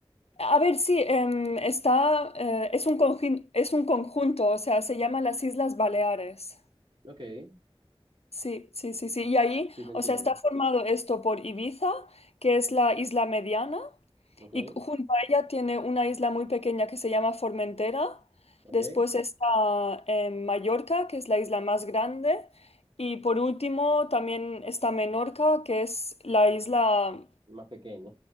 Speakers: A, on the left; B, on the right.
A: A ver, sí, em, está, eh, es un conjun- es un conjunto, o sea, se llama las Islas Baleares.
B: Ok, sí
A: Sí, sí, sí, sí. Y ahí,
B: te entiendo,
A: o sea, está formado esto por Ibiza, que es la isla mediana,
B: ok,
A: y junto a ella tiene una isla muy pequeña que se llama Formentera.
B: ok,
A: Después está eh, Mallorca, que es la isla más grande. Y por último también está Menorca, que es la isla,
B: más pequeña.